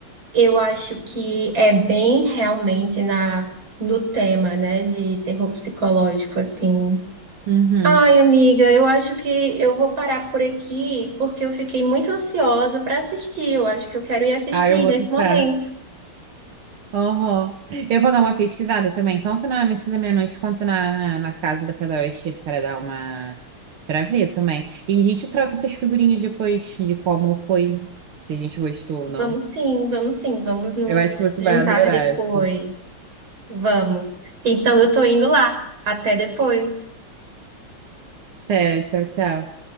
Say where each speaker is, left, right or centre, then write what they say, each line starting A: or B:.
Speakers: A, on the right (about 65°); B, on the right (about 80°).
A: Eu acho que é bem realmente na no tema, né, de terror psicológico assim.
B: Uhum.
A: Ai, amiga, eu acho que eu vou parar por aqui porque eu fiquei muito ansiosa para assistir. Eu acho que eu quero ir assistir
B: Ah, eu vou
A: nesse
B: tentar.
A: momento.
B: Uhum. Eu vou dar uma pesquisada também, tanto na Missa da Meia-Noite quanto na, na Casa da Cadastro, para dar uma. para ver também. E a gente troca essas figurinhas depois de como foi, se a gente gostou ou
A: Vamos
B: não.
A: sim, vamos sim, vamos nos
B: Eu acho que você
A: juntar
B: vai adorar
A: depois.
B: essa.
A: Vamos. Então eu tô indo lá. Até depois.
B: É, tchau, tchau.